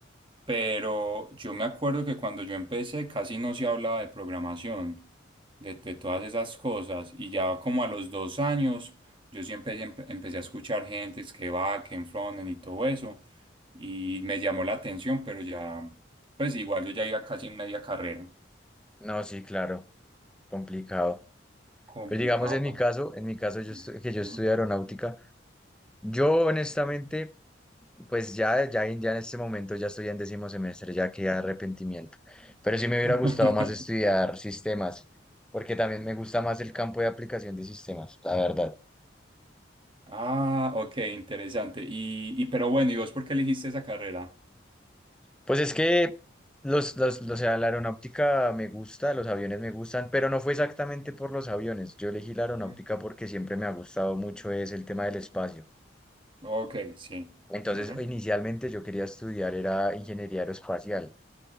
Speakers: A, on the right; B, in the centre.
A: Pero yo me acuerdo que cuando yo empecé casi no se hablaba de programación, de, de todas esas cosas. Y ya como a los dos años, yo sí empecé, empe- empecé a escuchar gente que va, que en frontend y todo eso. Y me llamó la atención, pero ya, pues igual yo ya iba casi en media carrera.
B: No, sí, claro, complicado.
A: Complicado,
B: Pero digamos en mi
A: pa.
B: caso, en mi caso yo
A: Ujú.
B: estu- que yo
A: Ujú.
B: estudio aeronáutica, yo honestamente, pues ya, ya, en- ya en este momento ya estoy en décimo semestre, ya que arrepentimiento. Pero sí me hubiera
A: <laughs>
B: gustado más estudiar sistemas, porque también me gusta más el campo de aplicación de sistemas, la verdad.
A: Ah, ok, interesante. Y, y pero bueno, ¿y vos por qué elegiste esa carrera?
B: Pues es que los, los, los- o sea, la aeronáutica me gusta, los aviones me gustan, pero no fue exactamente por los aviones. Yo elegí la aeronáutica
A: Ujú.
B: porque siempre me ha gustado mucho es el tema del espacio.
A: Ok, sí.
B: Entonces,
A: Ujú.
B: inicialmente yo quería estudiar era ingeniería aeroespacial,